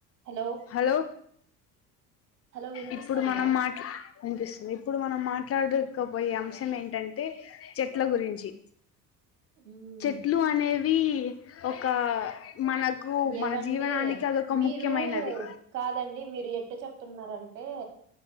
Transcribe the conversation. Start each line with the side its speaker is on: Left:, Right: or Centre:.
Right: Hello
Left: hello
Right: hello వినిపిస్తోందా
Left: ఇప్పుడు మనం మాట్ల వినిపిస్తుంది ఇప్పుడు మనం మాట్లాడుకపోయే అంశం ఏంటంటే చెట్ల గురించి
Right: మ్మ్
Left: చెట్లు అనేవీ ఒక మన కు
Right: ఏవండి
Left: మన జీవనానికి అది ఒక
Right: మీరు
Left: ముఖ్యమైనది
Right: కాదండి మీరు ఎట్టు చెప్తున్నారంటే